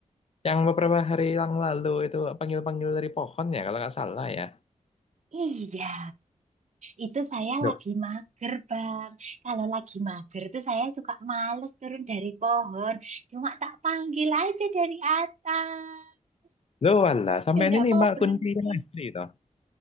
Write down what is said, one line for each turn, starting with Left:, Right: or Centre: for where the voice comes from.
Left: Yang beberapa hari yang lalu itu panggil-panggil dari pohon ya kalau nggak salah ya.
Right: Iya, itu saya
Left: Duh,
Right: lagi mager bang. Kalau lagi mager tuh saya suka males turun dari pohon. Cuma tak panggil aja dari atas.
Left: lu walah
Right: Tapi kok
Left: sampai
Right: Dia tidak
Left: ini nih
Right: mau
Left: Mbak
Right: berhenti.
Left: Kunti yang asli toh.